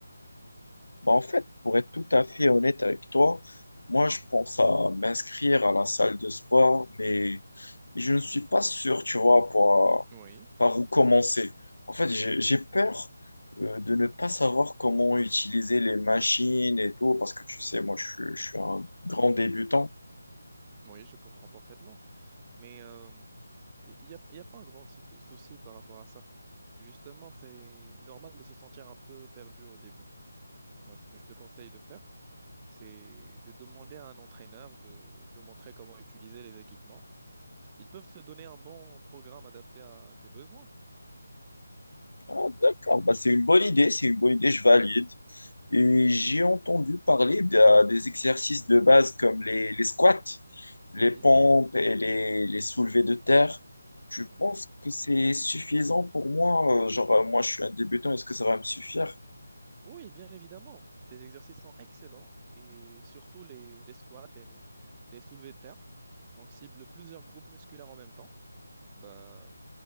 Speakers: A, on the left; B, on the right.
A: Bah, en fait, pour être tout à fait honnête avec toi, moi, je pense à m'inscrire à la salle de sport, mais je ne suis pas sûr, tu vois, pour,
B: Oui,
A: par où commencer. En fait, j'ai j'ai peur euh, de ne pas savoir comment utiliser les machines et tout, parce que tu sais, moi, je, suis- je suis un grand débutant.
B: oui, je comprends parfaitement. Mais euh, il n'y a, il y a pas un grand sou- souci par rapport à ça. Justement, c'est normal de se sentir un peu perdu au début. Moi, ce que je te conseille de faire, c'est de demander à un entraîneur de te montrer comment utiliser les équipements. Ils peuvent te donner un bon programme adapté à tes besoins.
A: Ah, d'accord, bah, c'est une bonne idée, c'est une bonne idée, je valide. Et j'ai entendu parler d'un- des exercices de base comme les, les squats, les
B: Oui.
A: pompes et les, les soulevés de terre. Tu
B: Mhm.
A: penses que c'est suffisant pour moi. euh, Genre, euh, moi, je suis un débutant, est-ce que ça va me suffire?
B: Oui, bien évidemment. Ces exercices sont excellents et surtout les, les squats et les, les soulevés de terre. Donc, cible plusieurs groupes musculaires en même temps. Bah,